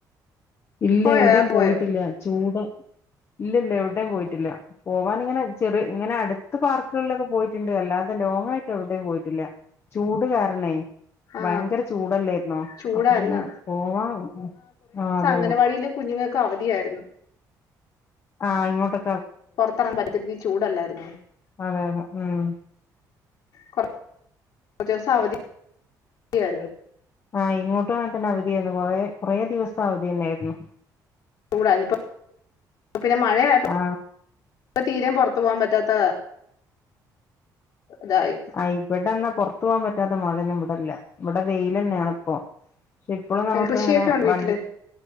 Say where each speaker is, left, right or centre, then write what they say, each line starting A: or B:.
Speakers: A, on the left (about 35°); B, on the left (about 60°).
A: ഇല്ല
B: പോയോ
A: എവിടെയും
B: യാത്ര
A: പോയിട്ടില്ല.
B: പോയോ
A: ചൂട് ഇല്ലില്ല എവിടെയും പോയി ട്ടില്ല പോവാൻ ഇങ്ങനെ ചെറി ഇങ്ങനെ അടുത്ത് പാർക്കുകളിലൊക്കെ പോയിട്ടുണ് ണ്ട് അല്ലാതെ ലോങ്ങായിട്ട് എവിടെയും പോയിട്ടില്ല ചൂട് കാരണേ
B: ആ
A: ഭയങ്കര ചൂടല്ലായിരുന്നോ
B: ചൂടായിരുന്നു
A: അപ്പോ പിന്നെ പോവാ ആഹ്
B: അംഗനവാടിലും കുഞ്ഞ് തിങ്ങക്ക് അവധിയായിരുന്നു.
A: ആഹ് ഇങ്ങോട്ടൊ
B: പുറത്തിറങ്ങാൻ പറ്റത്തില്ലാതി ചൂടല്ലായിരുന്നു
A: അതെ അതെ ഉം
B: കുറച്ച ദിവസം അവധി ചെയരുന്നു.
A: ആഹ് ഇങ്ങോട്ട് വണ തന്നെ അവധിയായിരുന്നു കൊറെ കൊറെ ദിവസം അവധി തന്നൊയിരുന്നു
B: കൂട ഇനിപ്പ. പിന്നെ മഴയായപ്പം
A: ആ
B: ഇപ്പൊ തീരെം പൊർത്ത് പോവാം പറ്റാത്ത ഇതായി
A: അ ഇബടെന്നാ പൊർ ത്ത് പോവാൻ പറ്റാത്ത മഴെന്നും ഇവ്ടെല്ല ഇവ്ടെ വെയിലെന്നേണ് ഇപ്പം പക്ഷെ ഇപ്പളും
B: പിന്നെ
A: നമുക്കങ്ങനെ
B: കൃഷിയൊക്കെ ഉണ്ട്
A: വ
B: വീട്ടില്